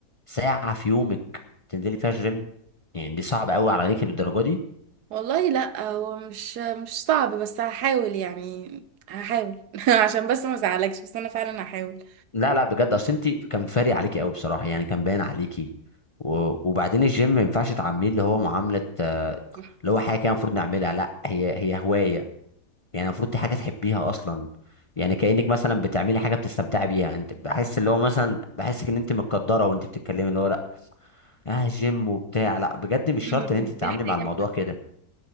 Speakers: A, on the left; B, on the right.
A: ساعه في يومك تنزلي فيها الجيم يعني دي صعبه قوي عليك بالدرجه دي
B: والله لا هو مش مش صعب بس هحاول يعني هحاول <laughs> عشان بس ما ازعلكش بس انا فعلا هحاول
A: لا لا بجد اصل انت كان فارق عليكي قوي بصراحه يعني كان باين عليكي و... وبعدين الجيم ما ينفعش تعامليه اللي هو معامله آه،
B: <laughs>
A: اللي هو حاجه كده المفروض نعملها لا هي هي هوايه يعني المفروض دي حاجه تحبيها اصلا يعني كانك مثلا بتعملي حاجه بتستمتعي بيها يعني انت بحس اللي هو مثلا بحسك ان انت متقدره وانت بتتكلمي اللي هو لا اه جيم وبتاع لا بجد مش
B: مم.
A: شرط ان انت تتعاملي
B: دي حقيقة
A: مع الموضوع كده